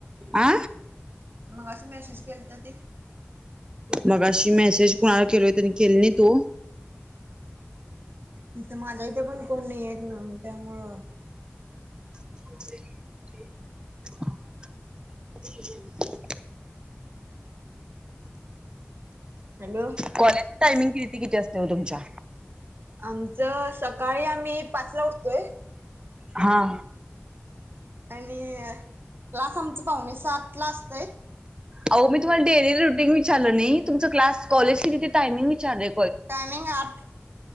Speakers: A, on the right; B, on the right.
A: आ
B: मगाशी मेसेज केल तेनी
A: मगाशी मेसेज कुणाला केलोय तेनी केली नाहीत ओ.
B: इथे माझ्या इथे पण कोण नाहीयेत ना मग त्यामुळं.
A: <inaudible> <unintelligible>
B: हॅलो!
A: कॉलेजची टायमिंग किती किती असते ओ तुमच्या?
B: आमचं सकाळी आम्ही पाचला उठतोय
A: हा.
B: आणि क्लास आमचं पाउणे सात ला असतंय.
A: अहो मी तुम्हाला डेली रुटीन विचारलं नाही तुमचा क्लास कॉलेजची तिथे टाइमिंग विचारले.
B: टायमिंग आठ